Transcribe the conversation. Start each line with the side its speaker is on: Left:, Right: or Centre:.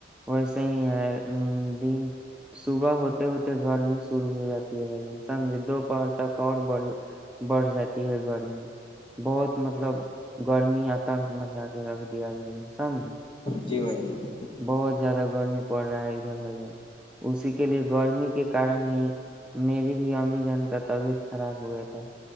Centre: ویسے ہی ہے دن صبح ہوتے ہوتے گرمی شروع ہو جاتی ہے ویہ سے سمجے دوپہر تک اور ب بڑھ جاتی ہے گرمی بہت مطلب گرمی تنک مسا کے رکھ دیا بھائی سمج
Left: جی بھائی جی
Centre: بہت زیادہ گرمی پڑ رہا ہے ادھر بھائی جان اسی کے لیے گرمی کے کارن ہی میری بھی امی جان کا طبیعت خراب ہو گیا تھا